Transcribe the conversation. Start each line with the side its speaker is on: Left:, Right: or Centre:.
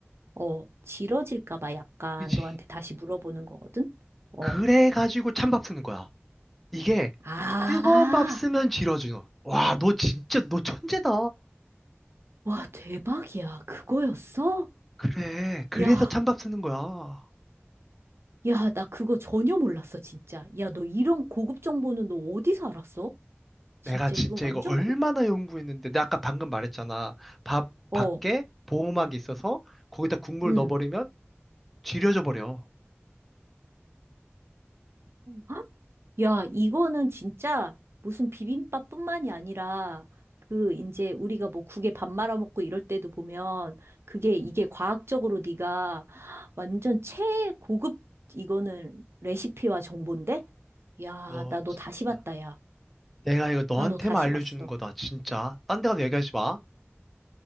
Right: 어, 길어질까 봐 약간
Centre: 그지.
Right: 너한테 다시 물어보는 거거든? 어.
Centre: 그래가지고 찬밥 쓰는 거야. 이게
Right: 아,
Centre: 뜨거운 밥 쓰면 질어줘. 와, 너 진짜, 너 천재다.
Right: 와, 대박이야. 그거였어?
Centre: 그래, 그래서
Right: 야,
Centre: 찬밥 쓰는 거야.
Right: 야, 나 그거 전혀 몰랐어, 진짜. 야, 너 이런 고급 정보는 너 어디서 알았어? 진짜
Centre: 내가 진짜
Right: 이건 완전
Centre: 이거 얼마나
Right: 고,
Centre: 연구했는데. 내가 아까 방금 말했잖아. 밥,
Right: 어,
Centre: 밖에 보호막이 있어서 거기다 국물
Right: 응.
Centre: 넣어버리면 질려져 버려.
Right: 아, 야, 이거는 진짜 무슨 비빔밥뿐만이 아니라 그 이제 우리가 뭐 국에 밥 말아 먹고 이럴 때도 보면 그게 이게 과학적으로 네가 완전 최고급 이거는 레시피와 정보인데? 야,
Centre: 너
Right: 나 너
Centre: 진짜.
Right: 다시 봤다, 야.
Centre: 내가 이거 너한테만
Right: 나 너 다시
Centre: 알려주는
Right: 봤어.
Centre: 거다, 진짜. 딴 데 가서 얘기하지 마.